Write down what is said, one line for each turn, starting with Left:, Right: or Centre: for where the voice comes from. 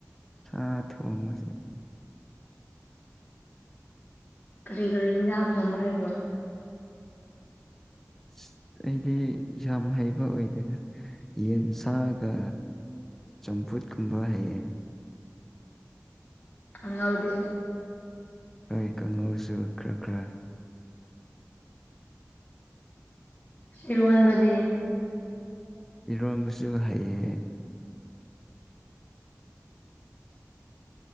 Centre: ꯁꯥ ꯊꯣꯡꯕꯁꯦ
Left: ꯀꯔꯤ ꯀꯔꯤ ꯍꯤꯟꯖꯥꯡ ꯊꯣꯡꯕ ꯍꯥꯏꯕ꯭ꯔꯣ
Centre: ꯑꯁ ꯑꯩꯗꯤ ꯌꯥꯝ ꯍꯩꯕ ꯑꯣꯏꯗꯅ ꯌꯦꯟ ꯁꯥꯑꯒ ꯆꯝꯐꯨꯠꯀꯨꯝꯕ ꯍꯩꯑꯦ
Left: ꯀꯪꯍꯧꯗꯤ
Centre: ꯍꯣꯏ ꯀꯥꯡꯍꯧꯁꯨ ꯈꯔ ꯈꯔ
Left: ꯏꯔꯣꯟꯕꯗꯤ
Centre: ꯏꯔꯣꯟꯕꯁꯨ ꯍꯩꯌꯦ